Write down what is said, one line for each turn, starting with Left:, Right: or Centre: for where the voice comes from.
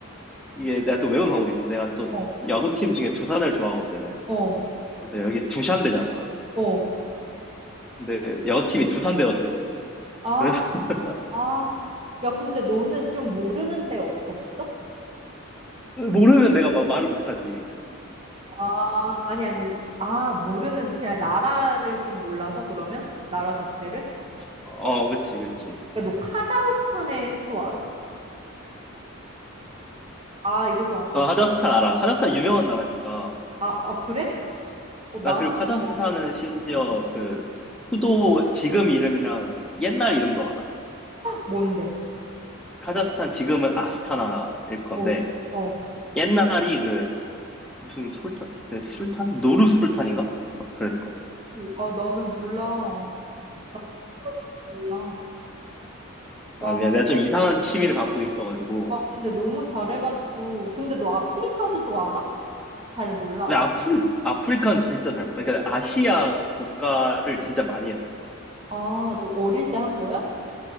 Centre: 이게 내가 또 외운 방법이 있어. 내가 또
Right: 어,
Centre: 야구팀 중에 두산을 좋아하거든.
Right: 어,
Centre: 그래서 여기 두샨배잖아.
Right: 어.
Centre: 근데 야구팀이 두산배어 쓰거든.
Right: 아,
Centre: 그래서 <laughs>
Right: 아. 야, 근데 너는 좀 모르는 데 어- 없어?
Centre: 모르면 내가 마- 말을 못하지.
Right: 아, 아니, 아니. 아, 모르는, 그냥 나라를 좀 몰라서 그러면? 나라 자체를?
Centre: 어, 그치, 그치.
Right: 야, 너 카자흐스탄의 수도 알아? 아, 이것도 아니
Centre: 어, 카자흐스탄 알아. 카자흐스탄 유명한 나라니까.
Right: 아, 어, 그래? 어, 나한테
Centre: 나 그리고 카자흐스탄은
Right: 왜안
Centre: 심지어
Right: 통하지?
Centre: 그 수도 지금 이름이랑 옛날 이름도 알아.
Right: 뭔데?
Centre: 카자흐스탄 지금은 아스타나일 건데
Right: 어, 어.
Centre: 옛날이 그 무슨 솔탄 그 술탄 노르 술탄인가 막 그랬을 거야.
Right: 오, 아, 나는 몰라. 나 그런 거 몰라. 와,
Centre: 아 미안 내가 좀 이상한 취미를 갖고 있어가지고
Right: 아, 근데 너무 잘해가지고.
Centre: 예.
Right: 근데 너 아프리카서도 알아? 잘 몰라.
Centre: 근데
Right: 아프-
Centre: 아프리 아프리카는 진짜 잘 몰라. 그러니까 아시아 국가를 진짜 많이 했었어.
Right: 아, 너 어릴 때 한 거야?